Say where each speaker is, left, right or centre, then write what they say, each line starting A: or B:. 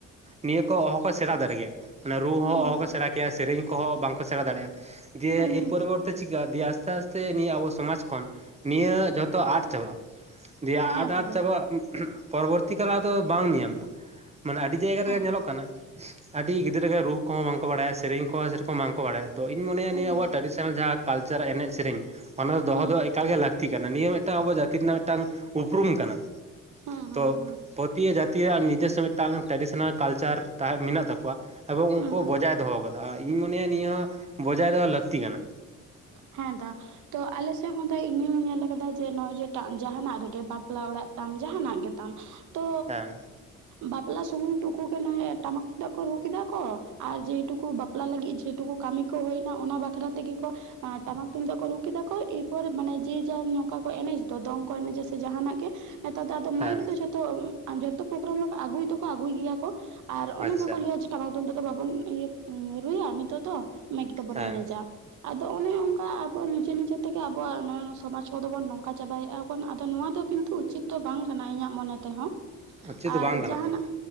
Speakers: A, on the right; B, on the right.
A: ᱱᱤᱭᱟᱹ ᱠᱚ ᱚᱦᱚ ᱠᱚ ᱥᱮᱬᱟ ᱫᱟᱲᱮᱜ ᱜᱮᱭᱟ ᱢᱟᱱᱮ ᱨᱩ
B: ᱦᱩᱸ
A: ᱦᱚᱸ ᱚᱦᱚ ᱠᱚ ᱥᱮᱬᱟ ᱠᱮᱭᱟ ᱥᱮᱨᱮᱧ ᱠᱚᱦᱚᱸ ᱵᱟᱝᱠᱚ ᱥᱮᱬᱟ ᱫᱟᱲᱮᱭᱟᱜᱼᱟ ᱡᱮ
B: ᱦᱩᱸ
A: ᱮᱤᱨ ᱯᱚᱨᱤ ᱵᱚᱨᱛᱤ ᱪᱤᱠᱟ ᱫᱤᱭᱮ ᱟᱥᱛᱮ ᱟᱥᱛᱮ ᱱᱤᱭᱟᱹ ᱟᱵᱚ ᱥᱚᱢᱟᱡ ᱠᱷᱚᱱ ᱱᱤᱭᱟᱹ ᱡᱷᱚᱛᱚ ᱟᱫ ᱪᱟᱵᱟᱜᱼᱟ ᱫᱤᱭᱮ
B: ᱦᱮᱸ
A: ᱟᱫ
B: ᱛᱚᱵᱮ
A: ᱟᱫ ᱪᱟᱵᱟᱜ ᱯᱚᱨᱚᱵᱚᱨᱛᱤ ᱠᱟᱞ ᱫᱚ ᱵᱟᱝ ᱧᱮᱞ ᱧᱟᱢᱚᱜᱼᱟ ᱢᱟᱱᱮ ᱟᱹᱰᱤ ᱡᱟᱭᱜᱟ
B: ᱦᱮᱸ
A: ᱨᱮ ᱜᱮ ᱧᱮᱞᱚᱜ ᱠᱟᱱᱟ ᱟᱹᱰᱤ ᱜᱤᱫᱽᱨᱟᱹ ᱜᱮ ᱨᱩᱟᱹ ᱠᱚᱦᱚᱸ ᱵᱟᱝ ᱠᱚ ᱵᱟᱲᱟᱭᱟ ᱥᱮᱨᱮᱧ ᱠᱚᱦᱸ ᱥᱮᱨᱚᱠᱚᱢ ᱵᱟᱝ ᱠᱚ ᱵᱟᱲᱟᱭᱟ ᱛᱚ ᱤᱧ ᱢᱚᱱᱮᱭᱟ
B: ᱦᱩᱸ
A: ᱱᱤᱭᱟᱹ ᱟᱵᱚᱣᱟᱜ ᱴᱨᱟᱰᱤᱥᱚᱱᱟᱞ ᱡᱟᱦᱟᱸ ᱠᱟᱞᱪᱟᱨ ᱮᱱᱮᱡ ᱥᱮᱨᱮᱧ ᱚᱱᱟ ᱫᱚᱦᱚ
B: ᱦᱩᱸ
A: ᱫᱚ ᱮᱠᱟᱞ ᱜᱮ ᱞᱟᱹᱠᱛᱤ ᱠᱟᱱᱟ ᱱᱤᱭᱟᱹ ᱢᱤᱫ ᱴᱟᱝ ᱟᱵᱚ ᱡᱟᱹᱛᱤ ᱨᱮᱱᱟᱜ ᱢᱤᱫᱴᱟᱝ ᱩᱯᱨᱩᱢ ᱠᱟᱱᱟ
B: ᱦᱩᱸ ᱦᱩᱸ
A: ᱛᱚ
B: ᱦᱩᱸ
A: <unintelligible> ᱡᱟᱛᱤᱭᱟᱜ ᱱᱤᱡᱮᱨᱥᱚ ᱢᱤᱫᱴᱟᱝ ᱴᱨᱟᱰᱤᱥᱚᱱᱟᱞ ᱠᱟᱞᱪᱟᱨ ᱛᱟᱦᱮᱸ ᱢᱮᱱᱟᱜ ᱛᱟᱠᱚᱣᱟ ᱮᱵᱚᱝ
B: ᱦᱩᱸ
A: ᱩᱱᱠᱩ
B: ᱦᱩᱸ
A: ᱵᱚᱡᱟᱭ ᱫᱚᱦᱚᱣᱟ ᱠᱟᱫᱟ ᱟᱨ ᱤᱧ ᱢᱚᱱᱮᱭᱟ ᱱᱤᱭᱟᱹ ᱦᱚᱸ ᱵᱚᱡᱟᱭ ᱫᱚᱦᱚ ᱞᱟᱹᱠᱛᱤ ᱠᱟᱱᱟ
B: ᱦᱮᱸ ᱫᱟ ᱛᱚ ᱟᱞᱮᱥᱮᱫ ᱦᱚᱸ ᱤᱧᱤᱧ ᱧᱮᱞ ᱟᱠᱟᱫᱟ ᱡᱮ ᱱᱚᱜᱼᱚᱭ ᱡᱮ ᱴᱟᱜ ᱡᱟᱦᱟᱱᱟᱜ ᱨᱮᱜᱮ ᱵᱟᱯᱞᱟ ᱚᱲᱟᱜ ᱛᱟᱢ ᱡᱟᱦᱟᱱᱟᱜ ᱜᱮᱛᱟᱢ ᱛᱚ
A: ᱦᱮᱸ
B: ᱵᱟᱯᱞᱟ ᱥᱩᱢᱩᱝ ᱴᱩᱠᱩ ᱴᱟᱢᱟᱠ ᱛᱩᱢᱫᱟᱜ ᱠᱚ ᱨᱩ ᱠᱮᱫᱟ ᱠᱚ ᱟᱨ ᱡᱮ ᱴᱩᱠᱩ ᱵᱟᱯᱞᱟ ᱞᱟᱹᱜᱤᱫ ᱡᱮ ᱴᱩᱠᱩ ᱠᱟᱹᱢᱤ ᱠᱚ ᱦᱩᱭᱱᱟ ᱚᱱᱟ ᱵᱟᱠᱷᱨᱟ ᱛᱮᱜᱮ ᱠᱚ ᱴᱟᱢᱟᱠ ᱛᱩᱢᱫᱟᱜ ᱠᱚ ᱨᱩ ᱠᱮᱫᱟ ᱠᱚ ᱮᱨᱯᱚᱨᱮ ᱢᱟᱱᱮ ᱡᱮ ᱡᱟ ᱚᱠᱟ ᱠᱚ ᱮᱱᱮᱡ ᱫᱚ ᱫᱚᱝ ᱠᱚ ᱮᱱᱮᱡᱟ ᱥᱮ ᱡᱟᱦᱟᱱᱟᱜ ᱜᱮ ᱱᱮᱛᱟᱨ ᱫᱚ ᱟᱫᱚ ᱢᱟᱭᱤᱠ
A: ᱦᱮᱸ
B: ᱫᱚ ᱡᱷᱚᱛᱚ ᱡᱚᱛᱚ ᱯᱚᱨᱳᱜᱨᱟᱢ ᱟᱹᱜᱩᱭ ᱛᱠᱚ ᱟᱹᱜᱩᱭ ᱜᱮᱭᱟ ᱠᱚ ᱟᱨ ᱚᱱᱟ
A: ᱟᱪᱪᱷᱟ
B: ᱜᱮᱠᱚ ᱞᱟᱹᱭᱟ ᱴᱟᱢᱟᱠ ᱛᱩᱢ ᱫᱟᱜ ᱫᱚ ᱵᱟᱵᱚᱱ ᱤᱭᱟᱹ ᱨᱩᱭᱟ ᱱᱤᱛᱚᱜ ᱫᱚ ᱢᱟᱭᱤᱠ ᱛᱮᱵᱚᱱ
A: ᱦᱮᱸ
B: ᱮᱱᱮᱡᱟ ᱛᱚ ᱚᱱᱮ ᱚᱱᱠᱟ ᱟᱵᱚ ᱱᱤᱡᱮ ᱱᱤᱡᱮ ᱛᱮᱜᱮ ᱟᱵᱚᱣᱟᱜ ᱱᱚᱜᱚᱭ ᱥᱚᱢᱟᱡ ᱠᱚᱫᱚ ᱵᱚᱱ ᱱᱚᱝᱠᱟ ᱪᱟᱵᱟᱭᱮᱜᱼᱟ ᱠᱷᱚᱱ ᱟᱫᱚ ᱱᱚᱣᱟ ᱫᱚ ᱠᱤᱱᱛᱩ ᱩᱪᱤᱛ ᱫᱚ ᱵᱟᱝ ᱠᱟᱱᱟ ᱤᱧᱟᱜ ᱢᱚᱱᱮ ᱛᱮᱦᱚᱸ
A: ᱪᱮᱫ ᱫᱚ
B: ᱟᱨ
A: ᱵᱟᱝ ᱠᱟᱱᱟ
B: ᱡᱟᱦᱟᱱᱟᱜ
A: ᱛᱚ